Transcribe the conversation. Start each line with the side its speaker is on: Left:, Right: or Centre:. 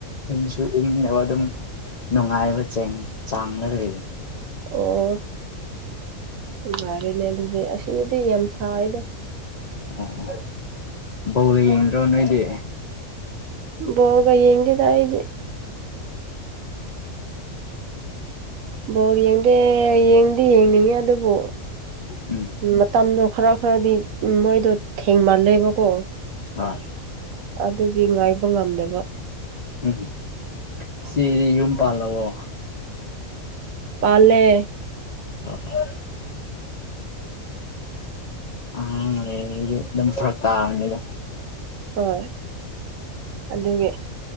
Left: ꯏꯪꯁꯨ ꯏꯪꯗꯕ ꯑꯗꯨꯝ ꯅꯨꯡꯉꯥꯏꯕ ꯆꯦꯡ ꯆꯥꯡꯗ ꯂꯩꯌꯦ
Right: ꯑꯣ ꯅꯨꯉꯥꯏꯔꯦꯅꯦ ꯑꯗꯨꯗꯤ ꯑꯁꯤꯗꯗꯤ ꯌꯥꯝ ꯁꯥꯏꯗ
Left: ꯑꯣ ꯕ‌ꯣꯜ ꯌꯦꯡꯗ꯭ꯔꯣ ꯅꯣꯏꯗꯤ
Right: ꯕ‌ꯣꯜꯒ ꯌꯦꯡꯗ‌ꯦꯗ ꯑꯩꯗꯤ ꯕ‌ꯣꯜ ꯌꯦꯡꯗꯦ ꯌꯦꯡꯗꯤ ꯌꯦꯡꯅꯤꯡꯉꯤ ꯑꯗꯨꯕꯨ
Left: ꯎꯝ
Right: ꯃꯇꯝꯗꯣ ꯈꯔ ꯈꯔꯗꯤ ꯃꯣꯏꯗꯣ ꯊꯦꯡꯃꯜꯂꯦꯕꯀꯣ
Left: ꯍꯣꯏ
Right: ꯑꯗꯨꯒꯤ ꯉꯥꯏꯕ ꯉꯝꯗꯕ
Left: ꯎꯝ ꯍꯨꯝ ꯏꯆ‌ꯦꯗꯤ ꯌꯨꯝ ꯄꯥꯜꯂꯕꯣ
Right: ꯄꯥꯜꯂꯦ
Left: ꯑꯣ ꯍ ꯑꯉꯥꯡ ꯂꯩꯔꯗꯤ ꯑꯗꯨꯝ ꯐꯔꯛ ꯇꯥꯕꯅꯤꯗ
Right: ꯍꯣꯏ ꯑꯗꯨꯒꯤ